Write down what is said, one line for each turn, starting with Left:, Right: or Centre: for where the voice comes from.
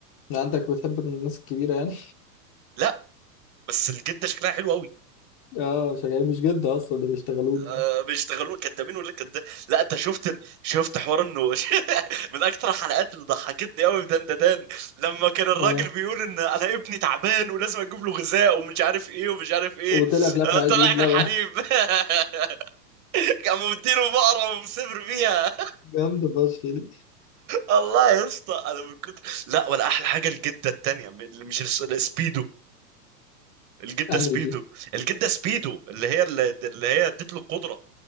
Left: إيه؟ عندك بتحب الناس الكبيره يعني
Right: لا بس الجدة شكلها حلو قوي
Left: <laughs> اه شغال مش جد اصلا ده بيشتغلونا
Right: أه
Left: يعني.
Right: بيشتغلوا كدابين ولا كداب لا انت شفت ال- شفت حوار انه <laughs> من اكتر الحلقات اللي ضحكتني قوي في دندان لما كان الراجل
Left: اه
Right: بيقول ان انا ابني تعبان ولازم اجيب له غذاء ومش عارف ايه ومش عارف ايه
Left: وطلع في الاخر
Right: آه،
Left: عايز
Right: طلع
Left: يجيب
Right: في
Left: لبن
Right: الحليب <laughs> قاموا مديله بقرة ومسافر بيها
Left: <laughs> جامده فشخ دي
Right: الله يا اسطى انا من كتر لا ولا احلى حاجه الجده التانيه م- اللي مش الس- السبيدو الجده
Left: يعني
Right: سبيدو
Left: دي
Right: الجده سبيدو اللي هي اللي, اللي هي اديت له القدره